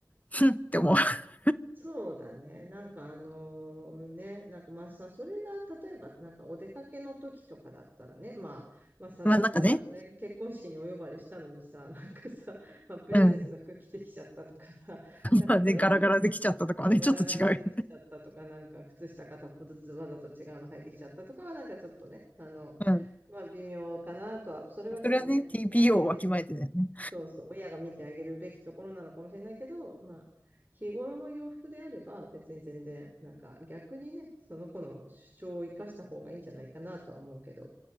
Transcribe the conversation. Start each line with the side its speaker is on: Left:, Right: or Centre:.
Left: ふんって思う。<laughs>
Right: そうだね。なんかあのね、なんかまあさ、それが例えばなんかお出かけの時とかだったらね、まあ、まあさ、
Left: まあなんかね、
Right: 例えばね、結婚式にお呼ばれしたのにさ、なんかさ、まあ、プリンセスの服着てきちゃったとかさ、
Left: うん。
Right: なんかそれは
Left: まあね、ガラガラできちゃったとかはね、
Right: そう、ガラガラできちゃったとか、
Left: ちょっと違うよね。
Right: なんか、靴下片方ずつわざと違うの履いてきちゃったとかは、なんかちょっとね、あの、
Left: うん。
Right: まあ、微妙かなとは、それはちょっと親見てあげてよ。
Left: それはね、TPO をわきまえてだよね。
Right: そうそう、親が見てあげるべきところなのかもしれないけど、まあ、日頃の洋服であれば、別に全然、なんか、逆にね、その子の主張を生かした方がいいんじゃないかなとは思うけど。